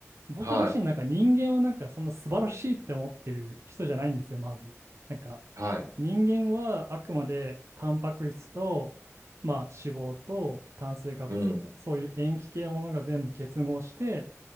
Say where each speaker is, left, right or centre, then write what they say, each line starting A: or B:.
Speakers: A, on the right; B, on the right.
A: 僕自身なんか人間をなんかそんな素晴らしいって思ってる人じゃないんですよ、
B: は
A: まず。なんか
B: い。はい。
A: 人間はあくまでタンパク質と、まあ、脂肪と炭水化物とかそういう塩基系のものが全部結合して、
B: うん。